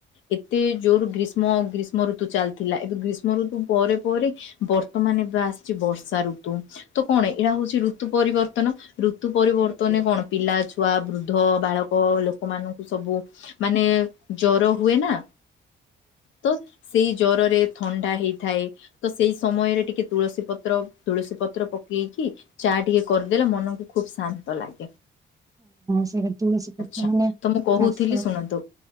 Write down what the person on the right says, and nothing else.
ହଁ
ସେଇଟା ତୁଳସୀ ପତ୍ର
ମାନେ
ଚାଷ